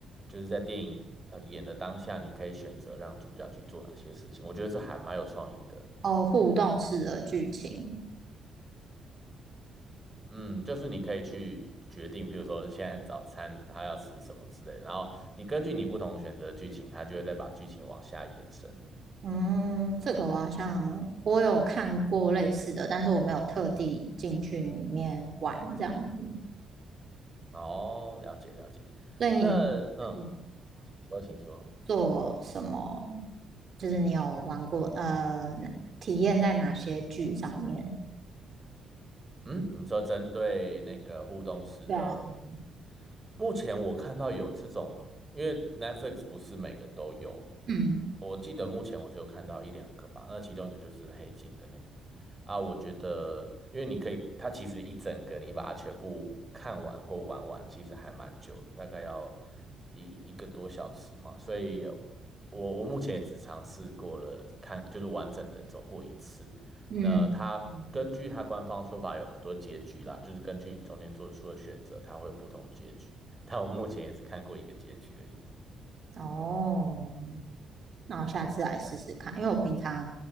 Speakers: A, on the right; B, on the right.
A: 就是在电影呃演的当下，你可以选择让主角去做哪些事情，我觉得这还蛮有创意的。
B: 哦，互动式的剧情，
A: 嗯，就是你可以去决定，譬如说现在早餐他要吃什么之类的然后你根据你不同选择的剧情，他就会再把剧情往下延伸。
B: 嗯，这个我好像我有看过类似的，但是我没有特地进去里面玩这样子。
A: 哦，了解了解。
B: 所以你那个
A: 那嗯，请说，请说。
B: 做什么？就是你有玩过呃，哪体验在哪些剧上面？
A: 嗯，你说针对那个互动式的
B: 对啊，对啊
A: 目前我看到有这种，因为 Netflix 不是每个都有，
B: 嗯
A: 我记得目前我只有看到一两个吧，那其中一个就是《黑镜》的那个啊，我觉得因为你可以，它其实一整个你把它全部看完或玩完，其实还蛮久的，大概要一一个多小时嘛，所以我我目前也只尝试过了看，就是完整的走过一次，
B: 嗯。
A: 那它根据它官方说法有很多结局啦，
B: 嗯
A: 就是根据你中间做出的选择，它会有不同结局。但我目前也只看过一个结局而已。
B: 哦，那我下次来试试看，因为我平常